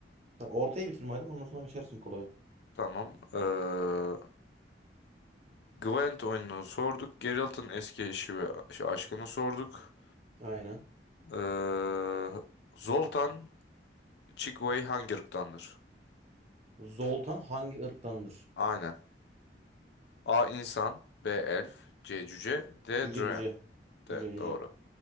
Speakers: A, on the right; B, on the left.
A: Tamam, ortayı bitirme hadi. Ondan sonra geçersin kolaya.
B: Tamam. Ee, Gwent oyununu sorduk. Geralt'ın eski eşi ve şey, aşkını sorduk.
A: Aynen.
B: Ee, Zoltan Chickaway hangi ırktandır?
A: Zoltan hangi ırktandır?
B: Aynen. A. insan B. Elf C. Cüce D.
A: Cüce
B: Draen.
A: cüce. Cüce
B: Evet
A: cüce.
B: Doğru.